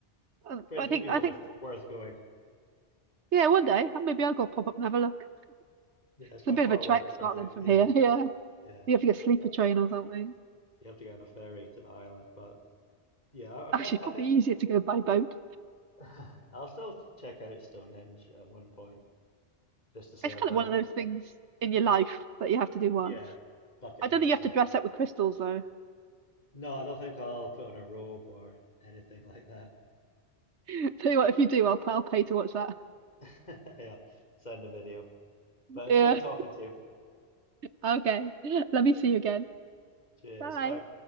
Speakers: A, on the right (about 75°); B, on the left (about 35°).
A: oh,
B: Pretty,
A: I think
B: maybe worth
A: I think
B: worth going.
A: yeah, one day uh, maybe I'll go pop up and have a look.
B: Yeah, it's
A: It's
B: quite
A: a bit
B: far
A: of a
B: away
A: trek, Scotland
B: for you.
A: from
B: Yeah,
A: here. <laughs> Yeah,
B: yeah.
A: you have to get a sleeper
B: Uh,
A: train or something.
B: You have to get on a ferry to the island, but yeah, I, I'm
A: Actually,
B: def I
A: probably
B: think
A: easier to go by boat.
B: <laughs> I'll still check out Stonehenge at one point just to say
A: It's
B: I've
A: kind
B: done
A: of one
B: it.
A: of those things in your life that you have to do once.
B: Yeah, bucket
A: I
B: list
A: don't think you have
B: thing.
A: to dress up with crystals though.
B: No, I don't think I'll put on a robe or anything like that.
A: <laughs> Tell you what, if you do, I'll I'll pay to watch that.
B: <laughs> Yeah, send a video. But
A: Yeah.
B: it's great talking to you.
A: Okay. <laughs> Let me see you again.
B: Cheers.
A: Bye.
B: Bye.